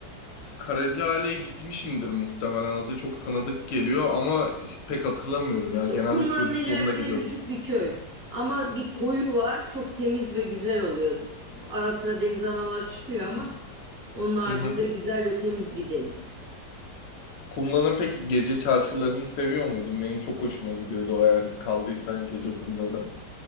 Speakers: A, on the left; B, on the right.
A: Karacaali'ye gitmişimdir muhtemelen. Adı çok tanıdık geliyor ama pek hatırlamıyorum ya.
B: Çok-
A: Genelde
B: Kumla'nın
A: çocukluğumda
B: ilerisinde
A: gidiyordum.
B: küçük bir köy. Ama bir koyu var. Çok temiz ve güzel oluyor. Ara sıra deniz anaları çıkıyor ama
A: Hı.
B: onun haricinde
A: Hı hı.
B: güzel ve temiz bir deniz.
A: Kumla'nın peki gece çarşılarını seviyor muydun? Benim çok hoşuma gidiyordu o eğer kaldıysan gece Kumla'da.